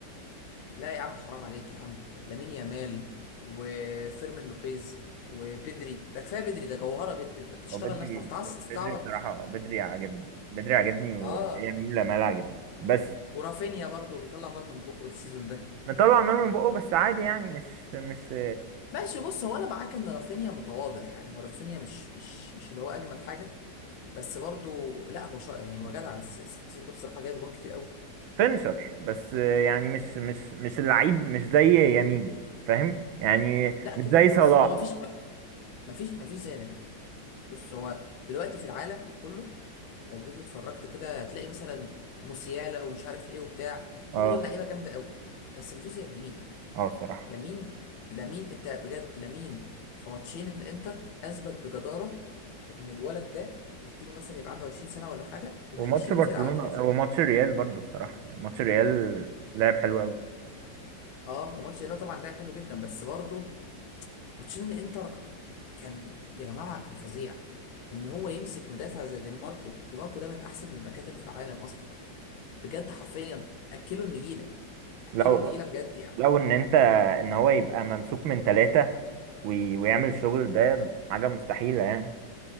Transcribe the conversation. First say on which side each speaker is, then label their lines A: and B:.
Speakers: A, on the left (about 85°); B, on the right (about 85°).
A: لا يا عم حرام عليك يا عم لامين يامال وفيرمين لوبيز وبدري ده كفايه بدري ده جوهره بدري ده تشتغل
B: هو بدري
A: نفسك تستعبط
B: بدري بصراحة بدري عاجبني بدري عاجبني ويمين
A: اه
B: لامال عاجبني بس
A: ورافينيا برضو بيطلع نار من بقه السيزون ده
B: مطلع نار من بقه بس عادي يعني مش مش
A: ماشي بص هو انا معاك ان رافينيا متواضع يعني هو رافينيا مش مش مش اللي هو اجمد حاجه بس برضو لا هو شاطر يعني هو جدع الس- السيزون ده بصراحه جايب جون كتير قوي
B: فينشر بس يعني مش مش مش اللعيب مش زي يمين فاهم يعني
A: لا
B: مش
A: كده
B: زي
A: كده
B: صلاح
A: بص هو مفيش م- مفيش مفيش زي لامين بص هو دلوقتي في العالم كله لو جيت اتفرجت كده هتلاقي مثلا موسيالا ومش عارف ايه وبتاع
B: اه
A: كل دول لعيبه جامده قوي بس مفيش زي لامين
B: اه الصراحة
A: لامين لامين انت بجد لامين في ماتشين الانتر اثبت بجداره ان الولد ده اديله مثلا يبقى عنده 20 سنه ولا حاجه وهيشيل
B: وماتش برشلونة
A: الفرقه على كتافه
B: وماتش ريال برضو الصراحة يعني ماتش ريال لعب حلو قوي
A: اه وماتش الهلال طبعا لعب حلو جدا بس برضه ماتشين الانتر كان يا جماعه كان فظيع ان هو يمسك مدافع زي دي ماركو دي ماركو ده من احسن الباكات اللي في العالم اصلا بجد حرفيا اكلوا النجيله اكلوا
B: لو
A: النجيله بجد يعني
B: لو ان انت ان هو يبقى ممسوك من ثلاثة وي- ويعمل الشغل ده حاجة مستحيلة يعني